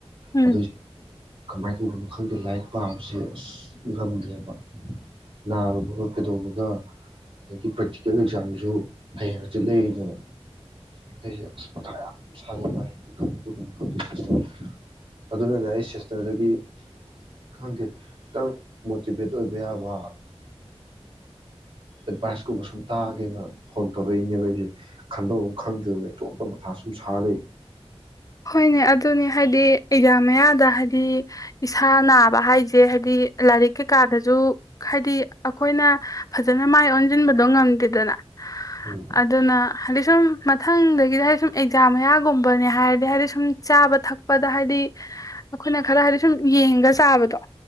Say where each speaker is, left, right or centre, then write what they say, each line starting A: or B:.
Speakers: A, on the left; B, on the right.
A: ꯎꯝ
B: ꯑꯗꯨ ꯀꯃꯥꯏꯅ ꯇꯧꯗꯅꯣ ꯈꯪꯗꯦ ꯂꯥꯏꯔꯤꯛ ꯄꯥꯕꯕꯁꯤꯦ ꯑꯁ ꯉꯝꯗ꯭ꯔꯦꯕ ꯅꯥꯔꯨꯕꯒ ꯀꯩꯗꯧꯕꯒ ꯑꯗꯒꯤ ꯄ꯭ꯔꯦꯛꯇꯤꯀꯦꯜ ꯑꯦꯛꯖꯥꯝꯁꯨ ꯍꯌꯦꯡ ꯆꯠ ꯂꯩꯔꯤꯅꯦꯕ ꯑꯩꯁꯦ ꯑꯁ ꯃꯊꯥ ꯌꯥꯝ ꯁꯥꯖ ꯃꯥꯏ ꯀꯃꯥꯏꯅ ꯇꯧꯗꯅꯣ ꯈꯪꯗꯦ ꯁꯤꯁꯇꯦꯝ ꯑꯗꯨꯅꯅꯦ ꯑꯩ ꯁꯤꯁꯇꯔꯗꯒꯤ ꯈꯪꯗꯦ ꯈꯤꯇꯪ ꯃꯣꯇꯤꯚꯦꯠ ꯑꯣꯏꯕ ꯌꯥꯕ ꯑꯦꯠꯚꯥꯏꯁꯀꯨꯝꯕ ꯁꯨꯝ ꯇꯥꯒꯦꯅ ꯐꯣꯟ ꯇꯧꯔꯛꯏꯅꯦꯕ ꯑꯩꯁꯦ ꯈꯟꯗꯕ ꯑꯃ ꯈꯪꯗꯕꯅꯦ ꯑꯩꯇꯣ ꯑꯝꯇ ꯃꯊꯥ ꯁꯨꯝ ꯁꯥꯔ
A: ꯍꯣꯏꯅꯦ ꯑꯗꯨꯅꯦ ꯍꯥꯏꯗꯤ ꯑꯦꯗꯤꯌꯥ ꯃꯌꯥꯗ ꯍꯥꯏꯗꯤ ꯏꯁꯥ ꯅꯥꯕ ꯍꯥꯏꯁꯤ ꯁꯦ ꯍꯥꯏꯗꯤ ꯂꯥꯏꯔꯤꯛ ꯀꯩꯀꯥꯗꯁꯨ ꯍꯥꯏꯗꯤ ꯑꯩꯈꯣꯏꯅ ꯐꯖꯅ ꯃꯥꯏ ꯑꯣꯟꯁꯤꯟꯕꯗꯣ ꯉꯝ ꯗꯅ
B: ꯎꯝ
A: ꯑꯗꯨꯅ ꯍꯥꯏꯗꯤ ꯁꯨꯝ ꯃꯊꯪꯗꯒꯤꯗꯤ ꯍꯥꯏꯗꯤ ꯁꯨꯝ ꯑꯦꯛꯖꯥꯝ ꯍꯌꯥꯒꯨꯝꯕꯅꯦ ꯍꯥꯏꯔ ꯍꯥꯏꯗꯤ ꯁꯨꯝ ꯆꯥꯕ ꯊꯛꯄꯗ ꯍꯥꯏꯗꯤ ꯑꯩꯈꯣꯏꯅ ꯈꯔ ꯍꯥꯏꯗꯤ ꯁꯨꯝ ꯌꯦꯡꯉꯁꯤ ꯇꯥꯕꯗꯣ